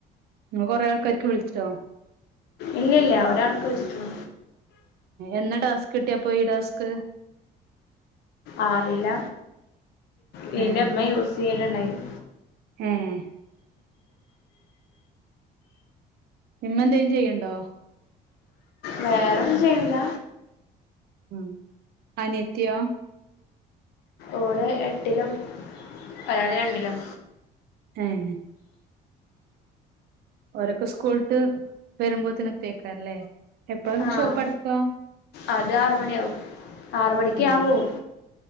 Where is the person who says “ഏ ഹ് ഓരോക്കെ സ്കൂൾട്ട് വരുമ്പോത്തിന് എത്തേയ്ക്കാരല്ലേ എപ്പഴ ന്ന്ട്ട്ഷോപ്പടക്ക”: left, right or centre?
Right